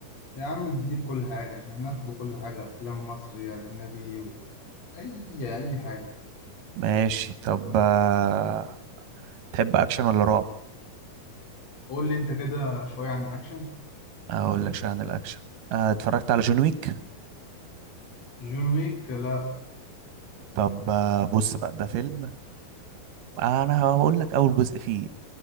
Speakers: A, on the left; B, on the right.
A: يا عم اديني في كل حاجه احنا ناخده كل حاجه افلام مصري اجنبي و... اي اي حاجه
B: ماشي طب آه، تحب اكشن ولا رعب
A: قول لي انت كده شويه عن الاكشن
B: اقول لك شويه عن الاكشن آه، اتفرجت على جون ويك
A: جون ويك لا
B: طب آه، بص بقى ده فيلم انا هقول لك اول جزء فيه